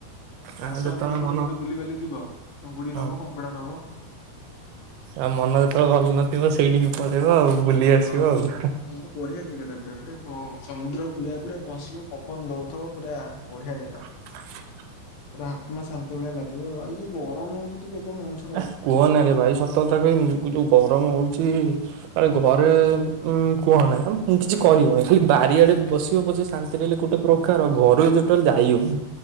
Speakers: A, on the right (about 80°); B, on the left (about 70°).
A: ଆ
B: ଆସ
A: ଯେତେବେଳେ
B: ଆମ ଏପଟେ
A: ମନ
B: କେବେ ବୁଲିିବାଲି ଯିବ ଚୁଙ୍ଗୁଡି
A: ହଁ।
B: ନବ କଙ୍କଡା ନବ।
A: ଆଉ ମନ ଯେତବଳେ ଭଲ ନଥିବ ସେଇଟିକି ପଲେଇବ ଆଉ ବୁଲି ଆସିବ
B: ହଁ
A: ଆଉ ହେଁ
B: ହଁ ବଢିଆ ଜେଗାଟା ପୁରା ପୁରା ପ ସମୁଦ୍ରକୂଳିଆ ପୁରା ବସିବ ପବନ ଦଉଥିବ ପୁରା ବଢିଆ ଜେଗା।
A: <inaudible>
B: ପୁରା ଆତ୍ମା ଶାନ୍ତି ଭଳିଆ ଲାଗିବ ଆଉ ଏଇ ଯୋଉ ଗରମ ହଉଚି ତୁ ଲୋକ ମଣି
A: ହେ କୁହନାରେ ଭାଇ ସତ କଥା କହିବି ଯୋଉ ଗରମ ହଉଚି। ଆରେ ଘରେ ଉ କୁହ ନାଇଁ କିଛି କରିବନି ଖାଲି ବାରିଆଡେ ବସିବ ପଛେ ଶାନ୍ତିରେ ହେଲେ ଗୋଟେ ପ୍ର କାହାର ଘରୁକୁ ଟୋଟାଲ ଯାଇ ହଉନି।